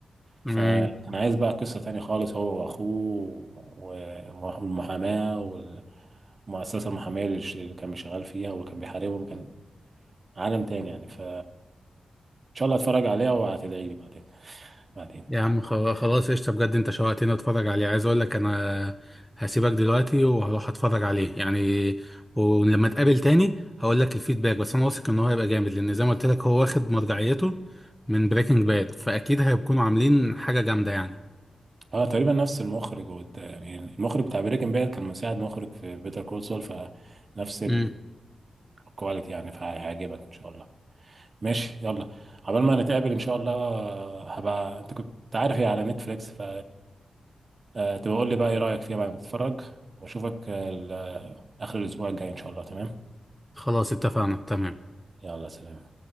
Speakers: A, in the centre; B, on the right (about 35°).
A: امم
B: فكان عايز بقى قصة تانية خالص هو واخوه والمحاماة والمؤسسة المحامية اللي ش- اللي كان بيشغل فيها وكان بيحاربهم كان عالم تاني يعني ف شاء الله اتفرج عليها وهتدعي لي بعدين بعدين
A: يا عم خ- خلاص قشطة بجد انت شوقتني اتفرج عليه عايز اقول لك انا هسيبك دلوقتي وهروح اتفرج عليه يعني ولما اتقابل تاني هقول لك الفيدباك بس انا واثق ان هو هيبقى جامد لان زي ما قلت لك هو واخد مرجعيته من بريكنج باد فاكيد هيكونوا عاملين حاجة جامدة يعني
B: اه تقريبا نفس المخرج وت... يعني المخرج بتاع بريكنج باد كان مساعد مخرج في بيتر كول سول فنفس
A: امم
B: الكواليتي يعني فهيعجبك ان شاء الله ماشي يلا عقبال ما نتقابل ان شاء الله آه، هبقى انت كنت عارف هي على نتفليكس ف آه، تبقى قول لي بقى ايه رايك فيها بعد ما تتفرج واشوفك آه، ال- آه، اخر الاسبوع الجاي ان شاء الله تمام
A: خلاص اتفقنا تمام
B: يلا سلام